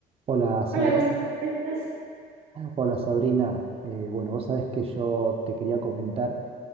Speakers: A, on the right; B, on the right.
A: Hola Sabrina,
B: Hola, Gustavo, ¿cómo estás?
A: hola Sabrina. Eh, bueno, vos sabés que yo te quería comentar,